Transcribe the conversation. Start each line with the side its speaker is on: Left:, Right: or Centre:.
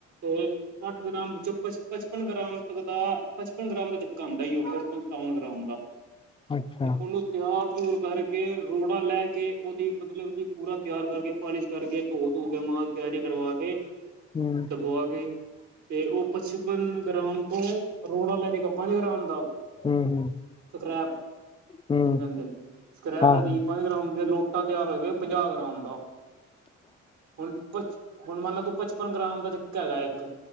Right: ਸੱਠ ਗ੍ਰਾਮ ਵਿੱਚੋਂ ਪਚਪਨ ਗ੍ਰਾਮ ਤੱਕ ਦਾ ਪਚਪਨ ਗ੍ਰਾਮ ਦਾ । ਘਦਾ ਥੇ ਪੰਤਨ ਗ੍ਰਾਮ ਦਾ
Left: ਅੱਛਾ
Right: ਤੇ ਉਹਨੂੰ ਤਿਆਰ ਚੂਰ ਕਰਕੇ ਰੋੜਾ ਲੈ ਕੇ ਉਹਦੀ ਮਤਲਬ ਕਿ ਪੂਰਾ ਤਿਆਰ ਕਰਕੇ ਪਾਲਿਸ਼ ਕਰਕੇ ਧੋ ਧੁ ਕੇ ਔਨੁੰ, ਨਾਲ ਤਿਆਰੀ ਕਰਵਾ,
Left: ਹੂੰ
Right: ਦਬਵਾ ਆ ਕੇ ਤੇ ਉਹ ਪਚਪਨ ਗ੍ਰਾਮ ਤੋਂ, ਰੋੜਾ ਲੈ ਜਗਾ ਪੰਜ ਗ੍ਰਾਮ ਦਾ
Left: ਹੂੰ ਹੂੰ
Right: ਸਕ੍ਰੈਪ ਤਨ
Left: ਹੂੰ
Right: ਦਿਨ ਸਕ੍ਰੈਪ
Left: ਹਾਂ
Right: ਰਗੀ
Left: ਹਾਂ
Right: ਪੰਜ ਗ੍ਰਾਮ ਲੋਟਾ ਤਿਆਰ ਹੋਇਆ ਪੰਜਾਹ ਗ੍ਰਾਮ ਦਾ, ਹੁਣ ਪ ਹੁਣ ਮੰਨਲੇ ਤੂੰ ਪਚਪਨ ਗ੍ਰਾਮ ਦਾ ਚੱਕਾ ਹੈਗਾ ਇੱਕ,